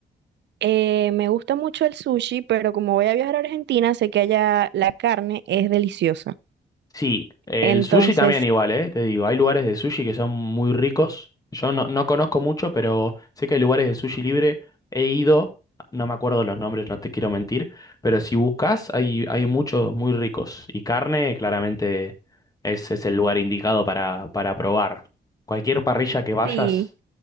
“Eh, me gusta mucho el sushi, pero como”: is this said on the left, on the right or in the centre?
Right